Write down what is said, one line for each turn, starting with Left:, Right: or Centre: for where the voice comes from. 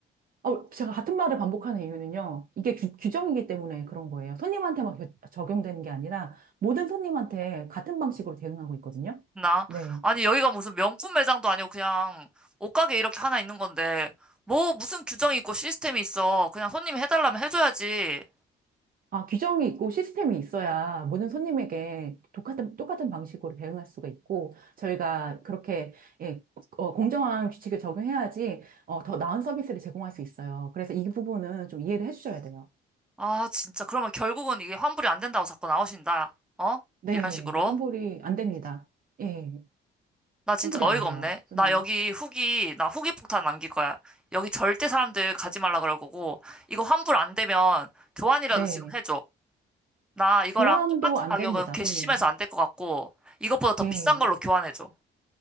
Right: 어, 제가 같은 말을 반복하는 이유는요. 이게 규, 규정이기 때문에 그런 거예요. 손님한테만 겨- 적용되는 게 아니라 모든 손님한테 같은 방식으로 대응하고 있거든요.
Centre: 나?
Right: 네.
Centre: 아니, 여기가 무슨 명품 매장도 아니고 그냥 옷가게 이렇게 하나 있는 건데, 뭐 무슨 규정이 있고 시스템이 있어. 그냥 손님이 해달라면 해줘야지.
Right: 아, 규정이 있고 시스템이 있어야 모든 손님에게 똑같은, 똑같은 방식으로 대응할 수가 있고, 저희가 그렇게, 예, 어, 공정한 규칙을 적용해야지, 어, 더 나은 서비스를 제공할 수 있어요. 그래서 이 부분은 좀 이해를 해주셔야 돼요.
Centre: 아, 진짜. 그러면 결국은 이게 환불이 안 된다고 자꾸 나오신다. 어?
Right: 네.
Centre: 이런 식으로.
Right: 환불이 안 됩니다. 예.
Centre: 나 진짜
Right: 환불이
Centre: 어이가
Right: 안 돼요,
Centre: 없네.
Right: 손님.
Centre: 나 여기 후기, 나 후기 폭탄 남길 거야. 여기 절대 사람들 가지 말라 그럴 거고, 이거 환불 안 되면 교환이라도
Right: 네.
Centre: 지금 해줘. 나 이거랑
Right: 교환도
Centre: 똑같은
Right: 안
Centre: 가격은
Right: 됩니다,
Centre: 괘씸해서
Right: 손님.
Centre: 안 될 것 같고, 이것보다 더
Right: 예.
Centre: 비싼 걸로 교환해줘.